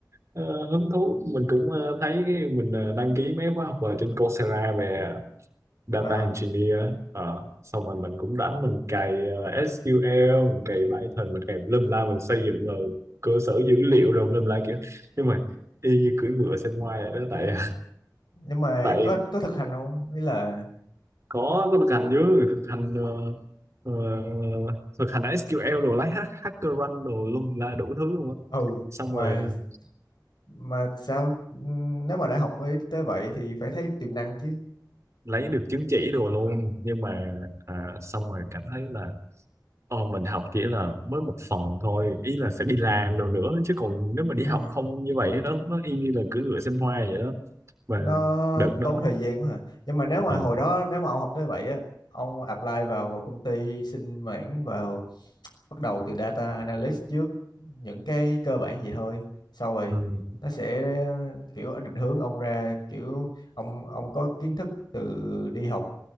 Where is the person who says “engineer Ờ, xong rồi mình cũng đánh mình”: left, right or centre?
Right